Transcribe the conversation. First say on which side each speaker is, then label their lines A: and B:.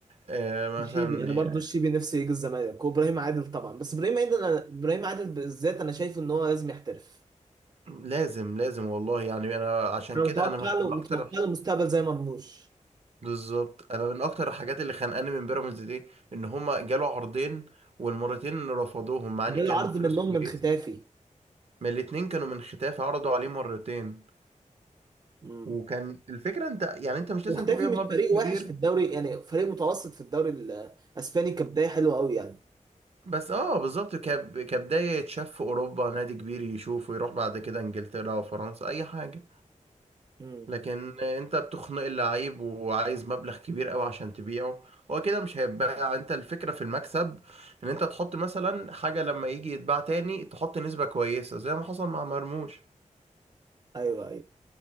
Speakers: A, on the right; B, on the right.
A: آه
B: الشيبي
A: مثلا
B: انا برضو
A: آه،
B: الشيبي نفسي يجي الزمالك وابراهيم عادل طبعا بس ابراهيم عادل أنا... ابراهيم عادل بالذات انا شايفه ان هو لازم يحترف
A: لازم لازم والله يعني انا عشان
B: انا
A: كده
B: متوقع
A: انا مخ...
B: له متوقع
A: اكتر
B: له مستقبل زي مرموش
A: بالظبط انا من اكتر الحاجات اللي خانقاني من بيراميدز دي ان هما جالوا عرضين والمرتين رفضوهم مع
B: جاله
A: ان كان
B: عرض
A: فلوس
B: منهم
A: كويس
B: من ختافي
A: من الاتنين كانوا من ختاف عرضوا عليه مرتين
B: امم
A: وكان الفكره انت يعني انت مش لازم
B: وختافي
A: تبيع
B: مش
A: بمبلغ
B: فريق
A: كبير
B: وحش في الدوري يعني فريق متوسط في الدوري الاسباني كبدايه حلوه قوي يعني
A: بس اه بالظبط كب... كبدايه يتشاف في اوروبا نادي كبير يشوفه يروح بعد كده انجلترا وفرنسا اي حاجه
B: امم
A: لكن انت بتخنق اللعيب وعايز مبلغ كبير قوي عشان تبيعه هو كده مش هيتباع انت الفكرة في المكسب ان انت تحط مثلا حاجة لما يجي يتباع تاني تحط نسبة كويسة زي ما حصل مع مرموش
B: ايوه ايوه